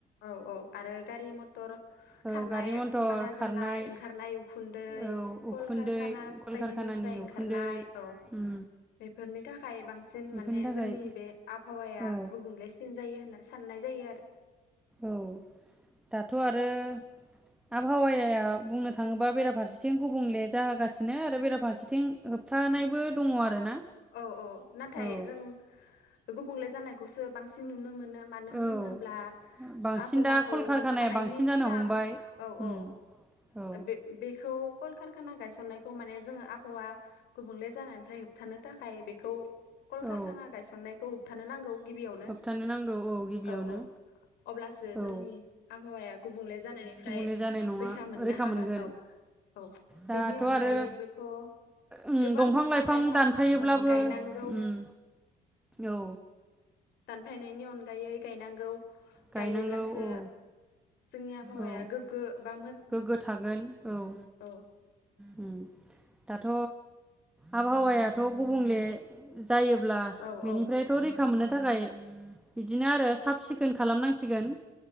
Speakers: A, on the left (about 80°); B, in the centre.
A: औ औ आरो गारि मथर
B: औ
A: खारनाय
B: गारि मथर
A: बारा
B: खारनाय
A: जानाय ओंखारनाय उखुन्दै
B: औ उखुन्दै
A: कलकारखाना
B: कलकारखानानि
A: बायदिनिफ्राय ओंखारनाय
B: उखुन्दै
A: औ
B: उम
A: बेफोरनि थाखाय। थाखाय बांसिन
B: बेफोरनि
A: माने
B: थाखाय
A: जोंनि बे आबहावाया
B: औ
A: गुबुंलेसिन जायो होनना। साननाय जायो आरो।
B: औ दाथ' आरो। आबहावाया बुंनो थाङोबा बेराफारसेथिं गुबुंले जाहोगासिनो आरो बेराफारसेथिं बिथिं होबथानायबो। दङ। आरोना
A: औ औ नाथाय
B: औ
A: जों गुबुंले। जानायखौसो बांसिन नुनो मोनो। मानो होनोब्ला
B: औ बांसिन
A: आबहावाखौ
B: दा कलकारखानाया
A: होबथानायनि
B: बांसिन जानो
A: सिगां
B: हमबाय
A: औ
B: उम
A: औ
B: औ
A: बे बेखौ कलकारखाना गायसननायखौ माने जों आबहावा गुबुंले जानायनिफ्राय होब थानो थाखाय बेखौ कलकारखाना
B: औ
A: गायसननायखौ। होबथानो नांगौ गिबियावनो
B: होबथानो नांगौ गिबियावनो
A: औ औ अब्लासो
B: औ
A: जोंनि आबहावाया गुबुंले जानायनिफ्राय
B: गुबुंले जानाय नङा
A: रैखा मोननो हागोन
B: मोनगोन
A: औ औ
B: दाथ'
A: बेनि अनगायैबोथ'
B: आरो उम
A: गोबां
B: दंफां
A: बिफां लाइफां
B: दानफायोब्लाबो
A: औ गायनांगौ
B: ओम औ
A: दानफायनायनि अनगायै गायनांगौ
B: गायनांगौ
A: गायोब्लासो
B: औ
A: जोंनि आबहावाया
B: औ
A: गोग्गो बा
B: गोग्गो थागोन उम
A: औ
B: औ दा दाथ' आबहावायाथ' गुबुंले जायोब्ला
A: औ
B: बिनिफ्रायथ'
A: औ
B: रैखा मोननो थाखाय बिदिनो आरो साब सिखोन खालामनांसिगोन